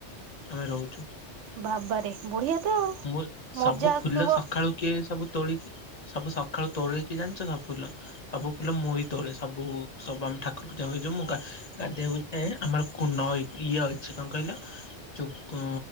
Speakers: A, on the left (about 45°); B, on the right (about 80°).
A: ଆମେ ରହୁଚୁ।
B: ବାବାରେ ବଢିଆ ତ ଆଉ
A: ମୁଁ ସବୁ
B: ମଜା
A: ଫୁଲ
B: ଆସୁଥିବ
A: ସକାଳୁ କିଏ ସବୁ ତୋଳିକି ସବୁ ସକାଳୁ ତୋଳେ ଜାଣିଚ ସବୁ ଫୁଲ? ସବୁ ଫୁଲ ମୁଇ ତୋଳେ ସବୁ ସବା ମୁଁ ଠାକୁର ପୂଜା ହୁଏ ଯୋଉ ମୁଁ ଗା-ଗାଧେଇବାକୁ ଯାଏ ଆମର କୁ - ନଈ ଇଏ ଅଛି କଣ କହିଲ ଚୁ କୋ